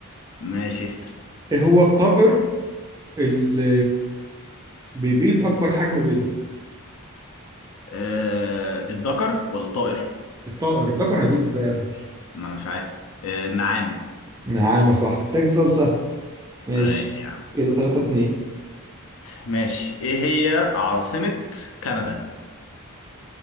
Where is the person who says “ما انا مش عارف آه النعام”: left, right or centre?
Left